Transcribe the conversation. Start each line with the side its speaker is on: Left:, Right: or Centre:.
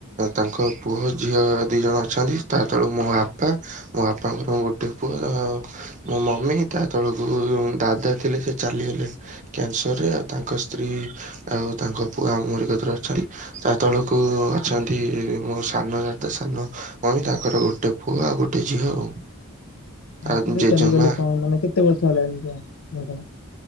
Right: ତାଙ୍କ ପୁଅ ଝିଅ ଦି ଜଣ ଅଛନ୍ତି ତା ତଳୁକୁ ମୋ ବାପା ମଁ ବାପାଙ୍କର ଗୋଟେ ପୁଅ ମୋ ମମି ତା ତଳକୁ ଦାଦା ଥିଲେ ସେ ଚାଲିଗଲେ। କ୍ୟାନସର ରେ ଆଉ ତାଙ୍କ ସ୍ତ୍ରୀ ଆଉ ତାଙ୍କ ପୁଅ ଅମେରିିକତିରେ ଅଛନ୍ତି। ତା ତଳକୁ ଅଛନ୍ତି ମୋ ସାନ ଦାଦା ସାନ ମମି ତାଙ୍କର ଗୋଟେ ପୁଅ ଆଉ ଗୋଟେ ଝିଅ ଆଉ।
Left: କ୍ୟାସରରେ
Right: ଆଉ ଜେଜେମା
Left: ଚାଲିଗଲେ କଣ ମାନେ କେତେ ବର୍ଷ ହେଲାଣି କ ମରଣ?